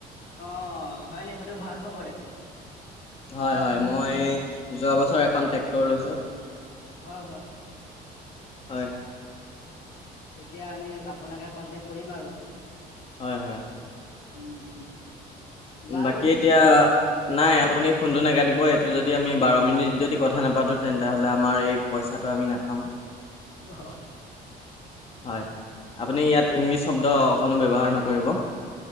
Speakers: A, on the left; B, on the left.
A: অ হয় ন সেইটো ভাল খবৰ দেখোন।
B: হয় হয় মই যোৱা বছৰ এখন ট্ৰেক্টৰ লৈছোঁ
A: হয় হয়
B: হয়
A: তেতিয়া আমি আপোনাকে কনটেক্ট কৰিম আৰু
B: হয় হয়
A: উম উম বাৰু
B: বাকী এতিয়া নাই আপুনি ফোনটো নাকাটিব এইটো যদি আমি বাৰ মিনিট যদি কথা নাপাতো তেন্তে হলে আমাৰ এই পইচাটো আমি নাপাম
A: <unintelligible>
B: হয় আপুনি ইয়াত ইংলিছ শব্দ অকণো ব্যৱহাৰ নকৰিব